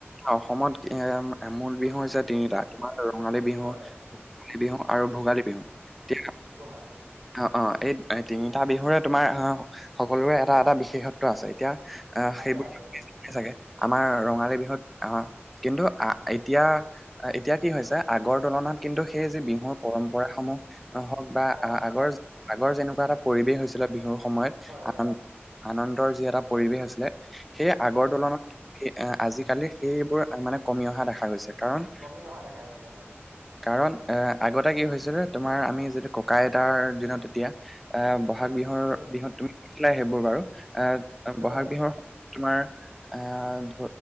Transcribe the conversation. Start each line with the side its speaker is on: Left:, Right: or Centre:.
Centre: অসমত কি আমা মূল বিহু হৈছে তিনিটা তোমাৰ ৰঙালী বিহু
Right: হয়
Centre: কাতি বিহু আৰু ভোগালী বিহু এতিয়া
Right: গোহালী
Centre: অঁ অঁ এই তিনিটা বিহুৰে তোমাৰ আহ সকলোৰে এটা এটা বিশেষত্ব আছে এতিয়া আহ
Right: আছে
Centre: সেইবোলিয়ে
Right: আছে
Centre: চাগে আমাৰ ৰঙালী বিহুত আহ কিন্তু আহ এতিয়া এতিয়া কি হৈছে আগৰ তুলনাত কিন্তু সেই যি বিহুৰ পৰম্পৰা সমূহ অহ হওঁক বা আহ
Right: অ
Centre: আগৰ আগৰ যেনেকুৱা এটা পৰিৱেশ হৈছিলে বিহুৰ সময়ত
Right: হয় হয়
Centre: আনন্দৰ যি এটা পৰিৱেশ আছিলে সেই আগৰ
Right: উম
Centre: তুলনাত সেই আজিকালি সেইবোৰ মানে কমি অহা দেখা গৈছে কাৰণ
Right: কমি অহা দেখা গৈছে হয়
Centre: কাৰণ, এ আগতে কি হৈছিলে তোমাৰ আমি যিটো ককা-আইতাৰ দিনত তেতিয়া আহ' বহাগ বিহুৰ
Right: উম
Centre: বিহু তুমি দেখিছিলাই সেইবোৰ বাৰু আহ
Right: হয়
Centre: বহাগ বিহুৰ তোমাৰ আহ ধ